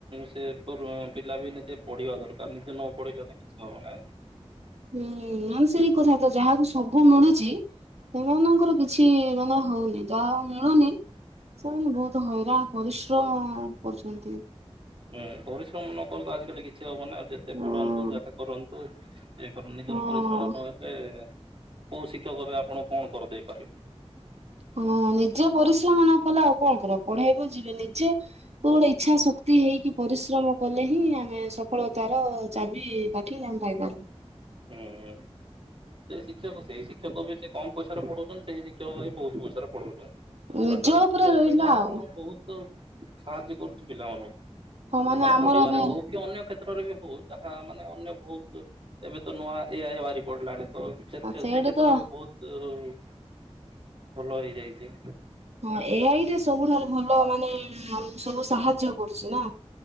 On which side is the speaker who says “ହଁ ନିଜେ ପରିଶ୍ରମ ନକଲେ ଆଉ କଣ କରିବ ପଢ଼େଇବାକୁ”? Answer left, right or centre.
Right